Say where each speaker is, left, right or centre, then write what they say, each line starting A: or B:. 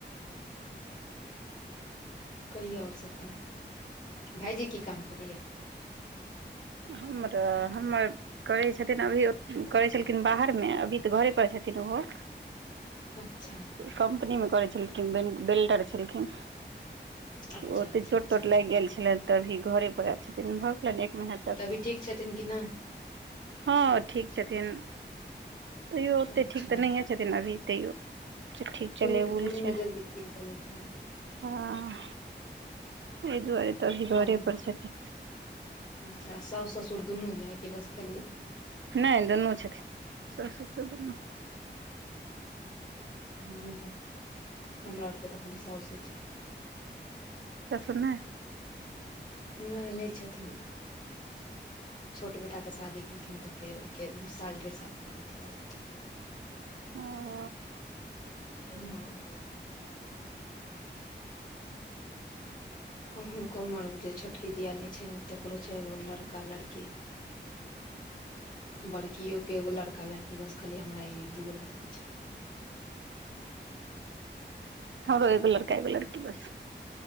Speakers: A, on the left; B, on the right.
A: कहिया आओर सब तहन, भाईजी की काम करैया।
B: हम र-हमर करै छथिन अभी ओ करै छलखिन बाहरमे, अभी तऽ घरे पर छथिन ओहो
A: अच्छा।
B: कम्पनी मे करै छलखिन, बिन बिल्डर छलखिन।
A: अच्छा
B: ओते
A: अच्छा
B: चोट-तोट
A: अच्छा
B: लागि गेल छलैन, त‌ अभी घरे पर आयल छथिन, भऽ गेलनि एक महीना। तक
A: त‌ अभी ठीक छथिन कि नहि।
B: हँ ठीक छथिन, तैयो ओते
A: अच्छा
B: ठीक तऽ नहिये छथीन अभी तैयो। ठीक
A: चोट
B: चलै बुल
A: थोड़े
B: छै
A: न जल्दी ठीक भऽ जाइ छय।
B: हँ तहि दुआरे तऽ अभी घरे
A: आरो
B: पर छथिन।
A: अच्छा साउस, ससुर दुनू ध्हय की बस खाली
B: नहि दुनू छथिन साउस, ससुर दुनू।
A: हम्म हमरा आरके तऽ खाली साौंसे छै।
B: ससुर नहि।
A: नहि-नहि छथिन। छोट बेटाकेँ शादी केलखिन, त फेर ओहिके साल डेढ़ सालके बाद अथी भऽ गेलनि।
B: हँ।
A: हँ। हुनको हमर जे छोटकी दियानी छैने, तकरो छै एगो लड़का, लड़की। बड़कीयो के एगो लड़का, लड़की, बस खाली हमरा ई दूगो लड़का छै।
B: हमरो एगो लड़का एगो लड़की बस।